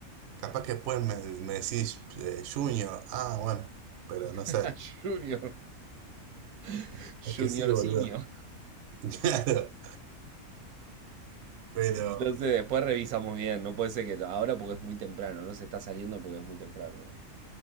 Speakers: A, on the right; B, on the right.
A: Capaz que después me, me decís eh, Junior, ah, bueno, pero no
B: <laughs>
A: sé.
B: Junior. <laughs>
A: Es
B: Juniorcinio.
A: que sí, boludo. <laughs> Claro, pero
B: No sé, después revisamos bien. No puede ser que ahora porque es muy temprano. No se está saliendo porque es muy temprano. acá.